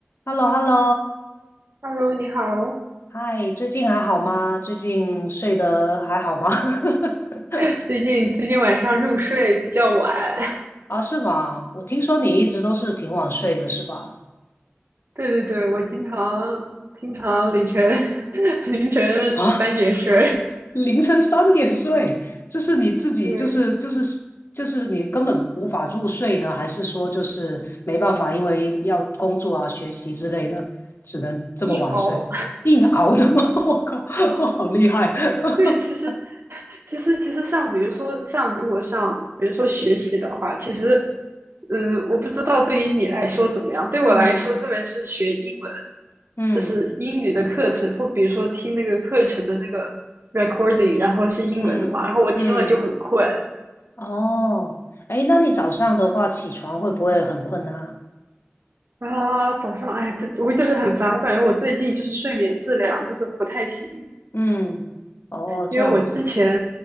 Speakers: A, on the left; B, on the right.
A: h e l l o h e l l o
B: Hello，你好。
A: 嗨，最近还好吗？最近睡得还好吗？<laughs>
B: <laughs> 最近最近晚上入睡比较晚，
A: 啊，是吗？我听说你一直都是挺晚睡的，是吧？
B: <laughs> 对对对，我经常经常凌晨 <laughs> 凌晨三点睡，
A: 啊，凌晨三点睡，这是你自己就是就是就是你根本无法入睡呢，
B: <laughs> 对，
A: 还是说就是没办法，因为要工作啊、学习之类的，只能这么晚睡，
B: 硬熬。
A: 硬熬的吗？<laughs> 我靠，好厉害！<laughs>
B: <laughs> 对，其实其实其实像比如说像如果像比如说学习的话，其实嗯，我不知道对于你来说怎么样，对我来说，
A: 嗯
B: 特别是学英文，
A: 嗯
B: 就是英语的课程，或比如说听那个课程的那个 recording，然后是英文的嘛，
A: 嗯嗯。
B: 然后我听了就很困。
A: 哦，哎，那你早上的话起床会不会很困难啊？
B: 啊，早上，哎，这我就是很烦，我感觉我最近就是睡眠质量就是不太行，
A: 嗯，哦，
B: 因为我之前，
A: 这样子，